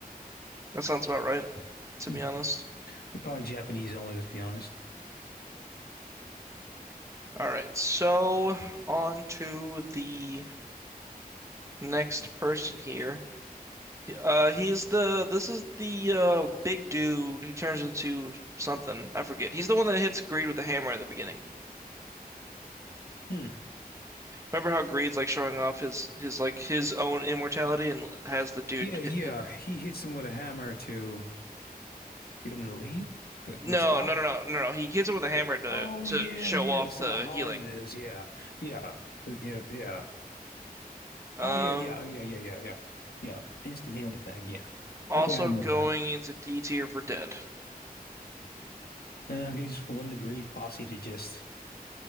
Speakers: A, on the right; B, on the left.
A: That sounds about right, to
B: <laughs>
A: be honest.
B: They're probably Japanese only, let's be honest.
A: All right, so on to the next person here. Uh, he's the, this is the uh, big dude who turns into something. I forget. He's the one that hits Greed with a hammer at the beginning.
B: Hmm.
A: Remember how Greed's like showing off his his like his own immortality and has the dude
B: Yeah, yeah.
A: hit- hit-
B: He hits him with a hammer to get him to leave, the
A: No,
B: the stop.
A: no, no, no, no, no. He hits him with a hammer to
B: Oh
A: to
B: yeah,
A: show
B: yeah.
A: off
B: To sell
A: the
B: how hard
A: healing.
B: it is. Yeah, yeah, The- yeah, yeah.
A: Um,
B: Oh yeah, yeah, oh, yeah, yeah, yeah, yeah, yeah. Instant healing thing. Yeah.
A: also
B: Okay, I remember
A: going
B: now.
A: into D tier for dead.
B: Yeah, he's one agreed posse to just